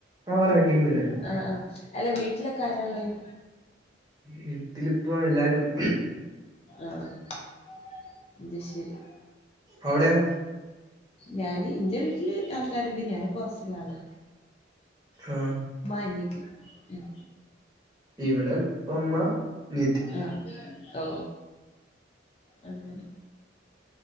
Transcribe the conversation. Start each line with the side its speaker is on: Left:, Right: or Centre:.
Right: ആ പറഞ്ഞോ കേക്കുന്നില്ലായിരുന്നു
Left: ആഹ് ആഹ് അല്ല വീട്ടിലക്കാരയുള്ളെ അതിന്
Right: വീട്ടിപ്പ എല്ലാരുംണ്ട്
Left: <unintelligible>
Right: അവിടെയോ
Left: ഞാന് എന്റെ വീട്ടില് ആൾക്കാരുണ്ട് ഞാനിപ്പോ ഹോസ്റ്റലിൽ ആണ്
Right: ആഹ്
Left: അനിയത്തി ഉം
Right: ഇവിടെ ഉപ്പ ഉമ്മ അനിയത്തി
Left: ആഹ് ഓ അങ്ങനെ